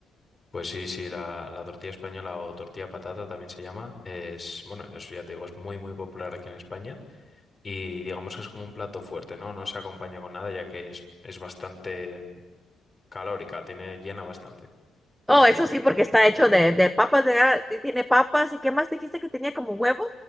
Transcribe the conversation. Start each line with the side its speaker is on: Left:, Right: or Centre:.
Left: Pues sí, sí, la, la tortilla española o tortilla patata también se llama. Es, bueno, eso ya te digo, es muy, muy popular aquí en España. Y digamos que es como un plato fuerte, ¿no? No se acompaña con nada, ya que es, es bastante mm, calórica, tiene, llena bastante.
Centre: Oh, eso sí, porque está hecho de, de papas, de, gra- y tiene papas, ¿y qué más dijiste que tenía como huevos?